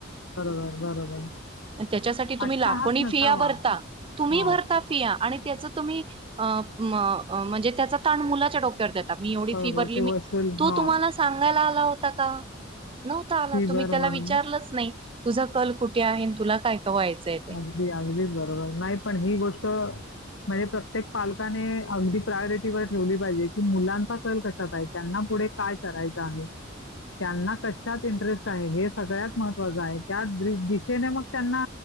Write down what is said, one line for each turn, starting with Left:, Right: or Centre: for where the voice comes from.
Left: बरोबर बरोबर.
Right: त्याच्यासाठी तुम्ही
Left: अट्टाहास
Right: लाकोणी
Left: नसावा.
Right: फिया भरता तुम्ही
Left: हो,
Right: भरता फिया आणि त्याचा तुम्ही म्हणजे त्याचा ताण मुलाच्या डोक्यावर देता. आता मी एवढी
Left: बरोबर
Right: फी भरली,
Left: ते
Right: मी
Left: वसूल
Right: तो
Left: हो,
Right: तुम्हाला सांगायला आला होता का. नव्हता आला
Left: फी
Right: तुम्ही
Left: भर
Right: त्याला
Left: म्हणून.
Right: विचारलंच नाही, तुझा कल कुठे आहे तुला. काय का व्हायचंय ते
Left: अगदी अगदीच बरोबर नाही पण ही गोष्ट. म्हणजे प्रत्येक पालकाने अगदी प्रायोरिटीवर ठेवली पाहिजे की मुलांचा कल कशात आहे त्यांना. पुढे काय करायचं आहे. त्यांना कशात इंटरेस्ट आहे हे सगळ्यात महत्त्वाचं आहे त्या दिशेने मग त्यांना